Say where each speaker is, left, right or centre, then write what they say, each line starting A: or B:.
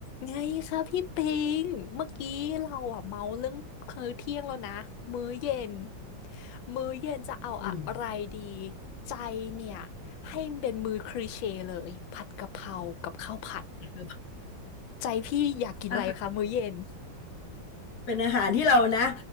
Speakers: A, on the left; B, on the left.
A: ไงคะพี่ปิงเมื่อกี้เราอะเมาเรื่องมื้อเที่ยงแล้วนะ มื้อเย็น มื้อเย็นจะเอาอะไรดี
B: อืม
A: ใจเนี่ยให้มันเป็นมื้อคลีเช่เลยผัดกะเพรากับข้าวผัด
B: คือ
A: ใจพี่อยากกินอะไรคะมื้อเย็น
B: อาหารเป็นอาหารที่เรานะ